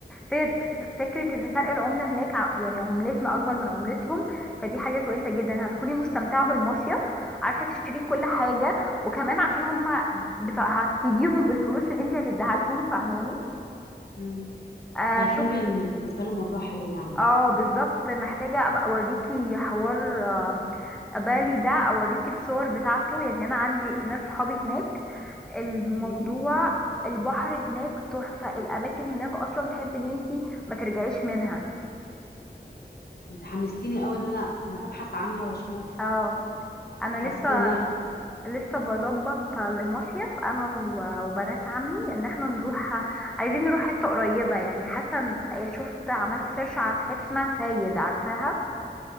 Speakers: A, in the centre; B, on the left.
A: فر- ف- فكرة إن فرق العملة هناك ع- يعني عملتنا أكبر من عملتهم فدي حاجة كويسة جدا هتكوني مستمتعة بالمصيف عارفة تشتري كل حاجة وكمان عشان هما بتا- هتفيديهم بالفلوس اللي انت هتديها لهم فاهماني
B: أمم.
A: آه
B: هيكون
A: شفت
B: بين- بالنسبه لهم الموضوع حلو يعني وكده
A: اه بالظبط محتاجة ابقى اوريكي حوار آه بالي ده اوريكي الصور بتاعته يعني انا عندي ناس صحابي هناك الموضوع
B: مم.
A: البحر هناك تحفة الاماكن هناك اصلا تحب ان انتي ما ترجعيش منها
B: انت حمستيني قوي ان انا يعني ابحث عنها واشوف
A: اه انا
B: وحسيت
A: لسه
B: ان هي حلوه
A: لسه بظبط لمصيف انا و- وبنات عمي ان احنا نروح عايزين نروح حتة قريبة يعني حاسة إن- شفت عملت سيرش عن حتة اسمها فايد عارفاها